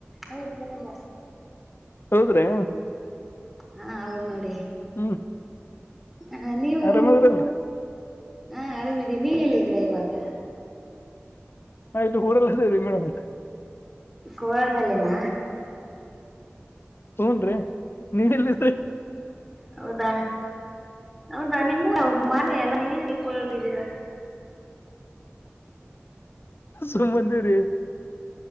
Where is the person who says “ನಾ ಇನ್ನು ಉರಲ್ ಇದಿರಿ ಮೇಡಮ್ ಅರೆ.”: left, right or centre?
Left